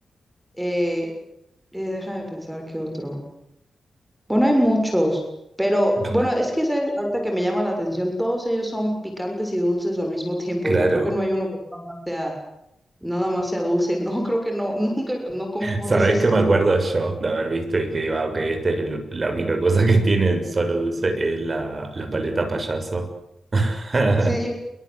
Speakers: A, in the centre; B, on the right (about 30°).
A: Eh, eh, déjame pensar qué otro. Bueno, hay muchos, pero
B: Cla-
A: bueno, es que ¿sabes? ahorita que me llama la atención, todos ellos son picantes y dulces al mismo tiempo.
B: Claro.
A: O sea, creo que no hay uno que nada más sea, nada más sea dulce. <laughs> No, creo que no, nunca, no comemos
B: ¿Sabéis
A: esas
B: que
A: cosas.
B: me acuerdo yo de haber visto y que digo, ah, ok, esta es el- la única cosa que tienen solo dulce es la, la paleta payaso? <laughs>
A: Sí, <laughs>